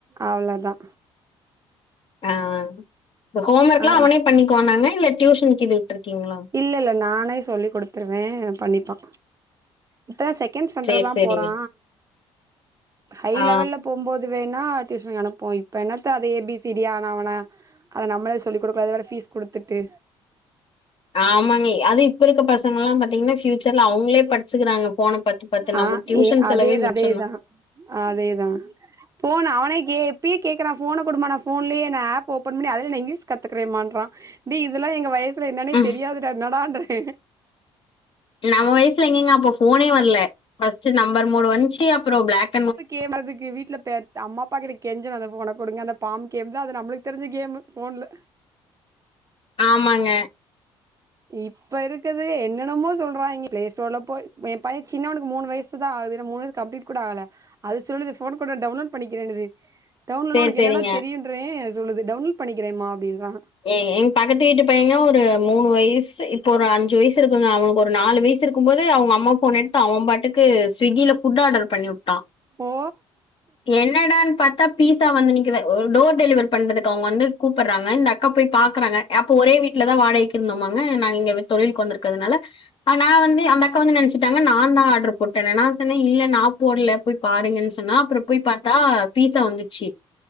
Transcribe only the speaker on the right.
அவ்ளதா
அ
இல்ல இல்ல நானே சொல்லி் குடுத்துருவே பண்ணிப்பா இத்தனை செகண்ட்ஸ் சேண்றதா
போறா ஹை
லெவல்ல போம்போ இது வேணா டியூஷன்க்கு அனுப்போ இப்ப என்னத்த அதே ஏ பி சி டி ஆனஆவனா அத நம்ளே சொல்லி குடுக்கல அது வேர ஃபீஸ் குடுத்துட்டு
ஆ
ஏ
அதேதா
அதேதா அதேதா போன அவனே கேப் எப்பயே கேக்குறா ஃபோன குடுமா நா போன்லயே நா ஆப் ஓப்பன் பண்ணி அதல ந இங்லிஸ் கத்துக்றேமான்றா டே இதெல்லா எங்க வயசுல என்னன்னே
தெரியாதுட என்னடான்றெ
அப்ப கேட்டதுக்கு வீட்ல பே அம்மாப்பாட்ட கெஞ்சனு அந்த ஃபோன குடுங்க அந்த பாம்பு கேம் தா அது நம்மளுக்கு தெரிஞ்ச கேமு ஃபோன்ல
இப்ப இருக்குது என்னன்னமோ சொல்றாங்க ப்ளேஸ்ஸ்டோர்ல போய் எ பைய சின்னவ்னுக்கு மூணு வயசுதா ஆகுதுல்ல மூணு வயசு கம்ப்ளீட் கூட ஆல அது சொல்லுது ஃபோன் கூட டவுன்லோட் பண்ணிக்கறேன்னுது டவுன்லோ
உனக்கு
என்னடா தெரியுன்றே அது சொல்லுது டவுன்லோட் பண்ணிக்கிறேம்மா அப்டின்றா
ஓ